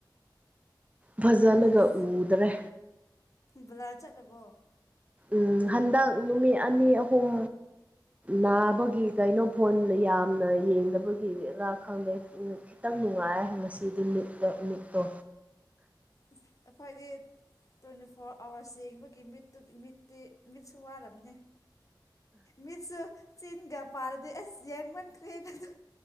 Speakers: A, on the right (about 15°); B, on the left (about 45°).
A: ꯐꯖꯅꯒ
B: ꯑꯁ
A: ꯎꯗ꯭ꯔꯦ
B: ꯕ꯭ꯂꯔ ꯆꯠꯂꯕꯣ
A: ꯎꯝ ꯍꯟꯗꯛ ꯅꯨꯃꯤꯠ ꯑꯅꯤ ꯑꯍꯨꯝ ꯅꯥꯕꯒꯤ ꯀꯩꯅꯣ ꯐꯣꯟꯅ ꯌꯥꯝꯅ ꯌꯦꯡꯗꯕꯒꯤ ꯔ ꯈꯪꯗꯦ ꯈꯤꯇꯪ ꯅꯨꯡꯉꯥꯏ ꯉꯁꯤꯗꯤ ꯃꯤꯠꯇꯣ ꯃꯤꯠꯇꯣ
B: ꯑꯁ ꯑꯈꯣꯏꯗꯤ꯫ ꯇ꯭ꯋꯦꯟꯇꯤ ꯐꯣꯔ ꯑꯋꯥꯔꯁ ꯌꯦꯡꯕꯒꯤ ꯃꯤꯠꯇꯨ ꯃꯤꯠꯇꯤ ꯃꯤꯠꯁꯨ ꯋꯥꯔꯝꯅꯤ ꯃꯤꯠꯁꯨ ꯆꯤꯟꯒ ꯄꯥꯔꯗꯤ ꯑꯁ ꯌꯦꯡꯃꯟꯈ꯭ꯔꯦꯅ ꯑꯗꯨ